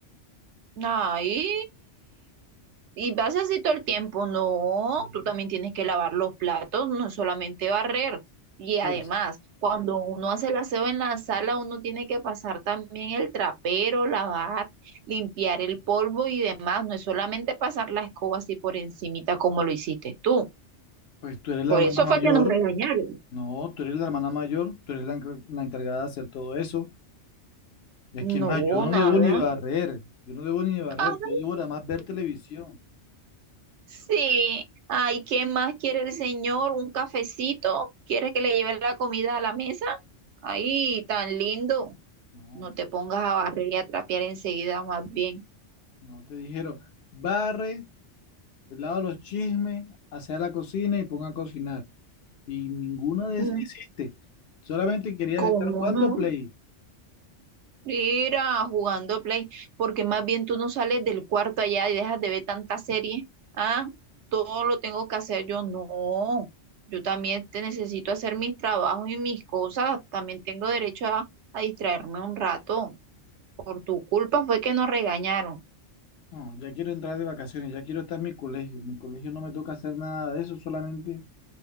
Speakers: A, on the right (about 70°); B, on the left (about 65°).
A: Ay, y vas así todo el tiempo. No,
B: Mm,
A: tú también tienes que lavar los platos, no solamente barrer. Y además,
B: Pues,
A: cuando uno hace el aseo en la sala, uno tiene que pasar también el trapero, lavar, limpiar el polvo y demás. No es solamente pasar la escoba así por encimita como lo hiciste tú.
B: pues tú eres
A: Por
B: la hermana
A: eso
B: mayor.
A: fue que nos regañaron.
B: No, tú eres la hermana mayor, tú eres la, encar- la encargada de hacer todo eso. Es que
A: No,
B: más, yo no
A: nada.
B: debo ni barrer, yo no debo ni barrer,
A: Ay,
B: yo debo nada más ver televisión.
A: sí. Ay, ¿qué más quiere el señor? ¿Un cafecito? ¿Quiere que le lleve la comida a la mesa? Ay, tan lindo.
B: No,
A: No te pongas a barrer y a trapear enseguida, más bien.
B: no te dijeron, barre, lava los chismes, hacia la cocina y ponga a cocinar. Y ninguna de
A: Mm,
B: esas hiciste. Solamente querías
A: ¿Cómo
B: estar jugando
A: no?
B: Play.
A: Mira, jugando Play, porque más bien tú no sales del cuarto allá y dejas de ver tanta serie. Ah, todo lo tengo que hacer yo. No, yo también te necesito hacer mis trabajos y mis cosas. También tengo derecho a, a distraerme un rato. Por tu culpa fue que nos regañaron.
B: No, ya quiero entrar de vacaciones, ya quiero estar en mi colegio. En mi colegio no me toca hacer nada de eso, solamente